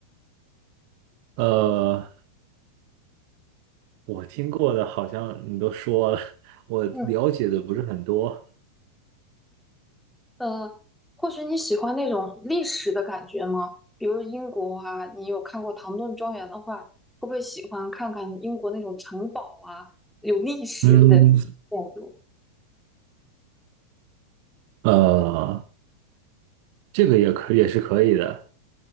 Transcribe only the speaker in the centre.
嗯，呃，或许你喜欢那种历史的感觉吗？比如英国啊，你有看过唐顿庄园的话，会不会喜欢看看英国那种城堡啊，有历史的建筑？